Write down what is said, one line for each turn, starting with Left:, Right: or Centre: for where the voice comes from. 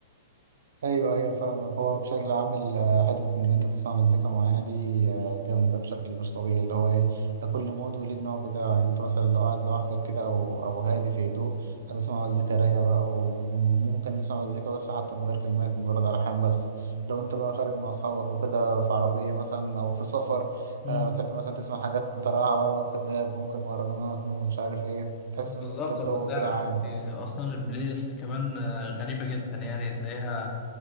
Right: ايوه ايوه فاهمك هو بشكل عام ال- حته ان انت تسمع مزيكا معينه دي آه، جامده بشكل مش طبيعي اللي هو ايه لكل مود وليه النوع بتاعه يعني انت مثلا لو قاعد لوحدك كده او او هادي في هدوء هتسمع مزيكا رايقه بقى وممكن تسمع مزيكا بس حتى من غير كلمات مجرد الحان بس لو انت بقى خارج مع اصحابك وكده في عربيه مثلا او في سفر
Left: مم.
Right: آه، بتحب مثلا تسمع حاجات مترقعه بقى ممكن راب ممكن مهرجانات ممكن مش عارف ايه تحس
Left: بالظبط
Right: ان انت في جو
Left: فتلاقي
Right: كده عام
Left: عندي اصلا البلاي ليست كمان آه، غريبه جدا يعني تلاقيها